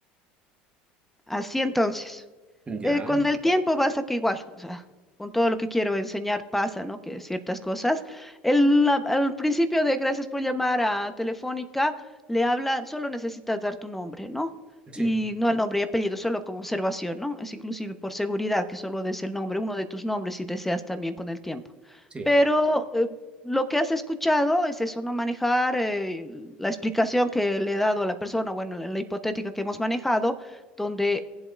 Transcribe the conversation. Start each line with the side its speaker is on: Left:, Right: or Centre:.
Centre: Así entonces.
Right: ya,
Centre: eh, con el tiempo vas a que igual, o sea, con todo lo que quiero enseñar pasa, ¿no? Que ciertas cosas. El, la- al principio de gracias por llamar a Telefónica, le habla, solo necesitas dar tu nombre, ¿no?
Right: sí,
Centre: Y no el nombre y apellido, solo como observación, ¿no? Es inclusive por seguridad que solo des el nombre, uno de tus nombres si deseas también con el tiempo.
Right: sí,
Centre: Pero eh, lo que has escuchado es eso, no manejar eh, la explicación que le he dado a la persona, bueno, la la hipotética que hemos manejado donde